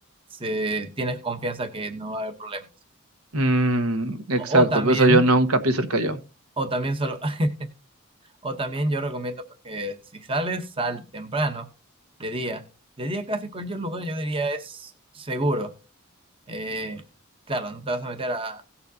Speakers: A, on the right; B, on the right.
A: se- tienes confianza que no va a haber problemas.
B: Mm, exacto,
A: O, también,
B: por eso yo nunca piso el Callao.
A: o también solo, <laughs> o también yo recomiendo pues, que si sales, sal temprano, de día. De día casi cualquier lugar yo diría es seguro. Eh, claro, no te vas a meter a,